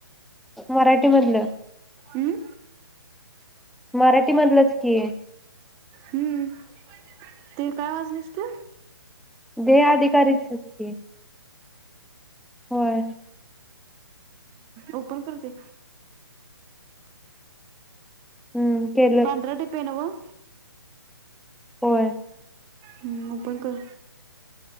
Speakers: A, in the centre; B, on the right.
A: मराठीमधल.
B: हम्म?
A: मराठीमधलच की?
B: हम्म. ते काय वाजलेस तु?
A: देह अधिकारीेच च की होय.
B: ओपन करते
A: हम्म केलं
B: पांढरा डिपी आहे नव्ह
A: होय
B: हम्म ओपन कर